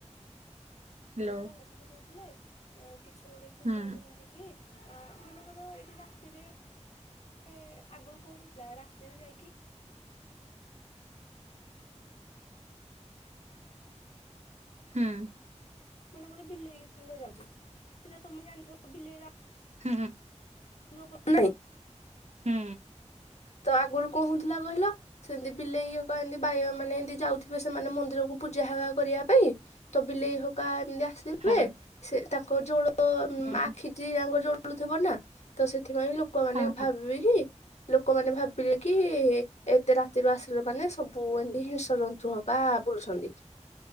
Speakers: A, on the left; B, on the right.
A: ଆଗରୁ
B: ହାଲୋ।
A: କଣ ସବୁ କହୁଥିଲେ କିଛି ଗୋଟେ ଥିବ
B: ହୁଁ
A: ଯେମିତିକି ଅ ମନେକର ଏଇଠି ରାତିରେ <unintelligible> <unintelligible> କରନ୍ତି ତ ସେଇ ସମ କହିଲ
B: ହୁଁ
A: ମନେକ ବିଲେଇରେ ଯାଉଚି ରାତିରେ ତମେ ଜାଣିଥିବ ବିଲେଇ
B: ହୁଁ।
A: <unintelligible>
B: ହୁଁ।
A: ତ ଆଗରୁ କଁ ହଉଥିଲା କହିଲ ସେମିତି ବିଲେଇ କ ଏମତି ବାଇଆ ମାନେ ଏମତି ଯାଉଥିବେ ସେମାନେ ମନ୍ଦିରକୁ ପୂଜା ହେ କରିବା ପାଇଁ ତ ବିଲେଇ ହକା ଏମିତି ଆସ୍ ସିବେ
B: ହଁ
A: ସେ ତାଙ୍କ ଜୋଳ
B: ହୁଁ
A: ଆଖିଟି ତାଙ୍କ ଜଳୁ ଥିବ ନା ତ ସେଥିପାଇଁ ଲୋକମାନେ
B: ହଁ ହଁ
A: ଭାବିବେ କି ଲୋକମାନେ ଭାବିବେ କି ଏତେ ରାତିରୁ ଆସିଲେ ମାନେ ସବୁ ଏମତି ହିଂସ ଜନ୍ତୁ ହବ। ବା ବୁଲୁଛନ୍ତି।